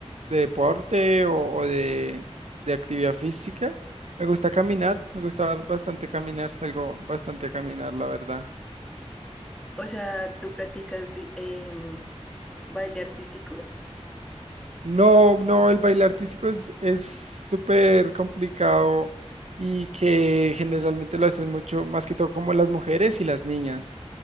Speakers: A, on the right; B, in the centre.
A: de deporte o, o de, de actividad física. Me gusta caminar, me gusta bastante caminar, salgo bastante a caminar, la verdad.
B: O sea, tú practicas di- em, baile artístico,
A: No, no, el baile artístico es, es súper complicado y que generalmente lo hacen mucho, más que todo como las mujeres y las niñas,